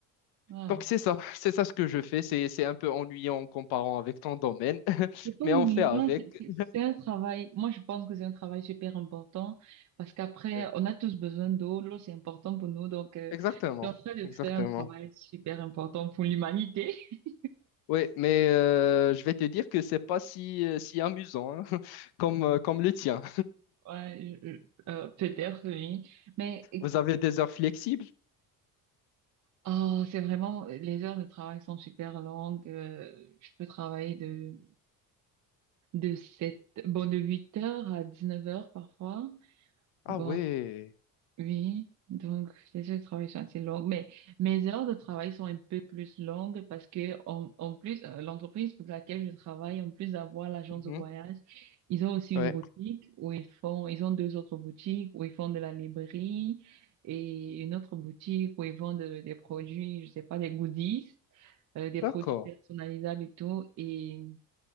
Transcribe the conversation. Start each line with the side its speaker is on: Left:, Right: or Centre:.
Right: Wow.
Left: Donc, c'est ça, <laughs> c'est ça ce que je fais. C'est, c'est un peu ennuyant en comparant avec ton domaine, <laughs>
Right: C'est pas
Left: mais
Right: mignon,
Left: on fait avec.
Right: c'est c'est- c'est un travail. Moi, je pense que c'est un travail super important parce qu'après,
Left: Ouais.
Right: on a tous besoin d'eau. L'eau, c'est important pour nous. Donc, euh,
Left: Exactement,
Right: je suis en train de
Left: exactement.
Right: faire un travail super important pour l'humanité. <laughs>
Left: Oui, mais euh, je vais te dire que c'est pas si, euh, si amusant hein, <laughs> comme, euh, comme le tien.
Right: Ouais, je- je- euh, peut-être, oui. Mais
Left: Vous avez des heures flexibles?
Right: oh, c'est vraiment, les heures de travail sont super longues. Euh, je peux travailler de, de sept bon, de 8 heures à 19 heures parfois.
Left: Ah
Right: Bon,
Left: ouais.
Right: Oui, donc les heures de travail sont assez longues, mais mes heures de travail sont un peu plus longues parce que en, en plus euh, l'entreprise pour laquelle je travaille, en plus d'avoir l'agence
Left: Mhm.
Right: de voyage, ils ont aussi
Left: Ouais.
Right: une boutique où ils font, ils ont deux autres boutiques où ils font de la librairie et une autre boutique où ils vendent de- des produits, je sais pas, des goodies, euh, des
Left: D'accord.
Right: produits personnalisables et tout. Et